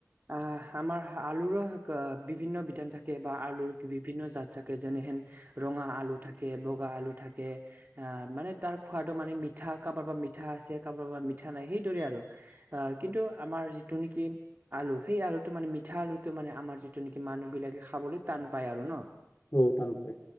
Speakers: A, on the right; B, on the left.
A: আহ, আমাৰ আলুৰো বিভিন্ন বিধান থাকে, বা আলুৰ বিভিন্ন জাত থাকে, যেনেহেন ৰঙা আলু থাকে, বগা আলু থাকে। আহ, মানে তাৰ খোৱাটো মানে মিঠা, কাৰোবাৰ পৰা মিঠা আছে, কাৰোবো পৰা মিঠা নাই, সেইদৰে আৰু। আ, কিন্তু আমাৰ যিটো নেকি আলু, সেই আলুটো মানে মিঠা আলুটো মানে আমাৰ যিটো নেকি মানুহ বিলাকে খাবলৈ টান পায় আৰু ন।
B: উম, টান পায়।